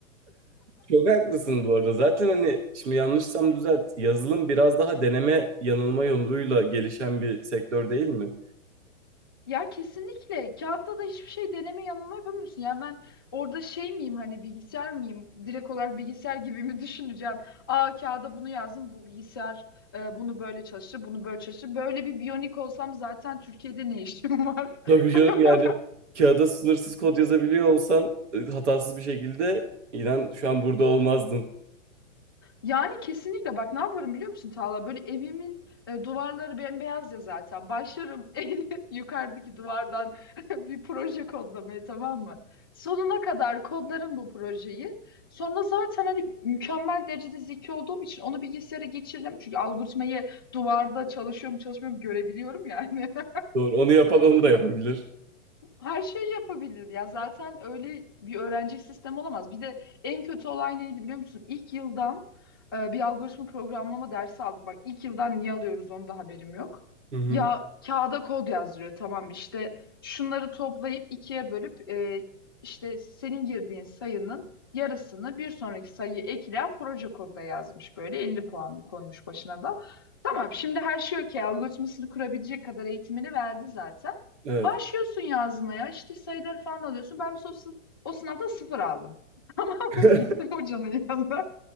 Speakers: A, on the right (about 60°); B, on the left (about 20°).
A: Çok haklısın bu arada. Zaten hani şimdi yanlışsam düzelt. Yazılım biraz daha deneme yanılma yoluyla gelişen bir sektör değil mi?
B: Ya kesinlikle kağıtta da hiçbir şey deneme yanılma yapamıyorsun. Ya ben orada şey miyim hani bilgisayar mıyım? Direkt olarak bilgisayar gibi mi <laughs> düşüneceğim? Aa kağıda bunu yazdım. Bu bilgisayar e, bunu böyle çalıştı, bunu böyle çalıştı. Böyle bir biyonik olsam zaten Türkiye'de ne işim var?
A: Tabii canım
B: <laughs>
A: yani kağıda sınırsız kod yazabiliyor olsan e, hatasız bir şekilde inan şu an burada olmazdın.
B: Yani kesinlikle bak ne yaparım biliyor musun Tağla? Böyle evimin e, duvarları bembeyaz ya zaten. Başlarım <laughs> en yukarıdaki duvardan <laughs> bir proje kodlamaya tamam mı? Sonuna kadar kodlarım bu projeyi. Sonra zaten hani mükemmel derecede zeki olduğum için onu bilgisayara geçiririm. Çünkü algoritmayı duvarda çalışıyorum çalışmıyorum görebiliyorum yani. <laughs>
A: Doğru. Onu yapan onu da yapabilir.
B: Her şeyi yapabilir ya. Zaten öyle bir öğrenci sistemi olamaz. Bir de en kötü olay neydi biliyor musun? İlk yıldan e, bir algoritma programlama dersi aldık. Bak ilk yıldan niye alıyoruz onu da haberim yok.
A: Hı hı.
B: Ya kağıda kod yazdırıyor tamam işte şunları toplayıp ikiye bölüp e, işte senin girdiğin sayının yarısını bir sonraki sayıyı ekleyen proje kodda yazmış böyle 50 puanlı koymuş başına da. Tamam şimdi her şey okey algoritmasını kurabilecek kadar eğitimini verdi zaten.
A: Evet.
B: Başlıyorsun yazmaya işte sayıları falan alıyorsun. Ben mesela o, sı- o sınavda sıfır aldım. <laughs> Tamam
A: <laughs>
B: mı? Gittim hocanın yanına.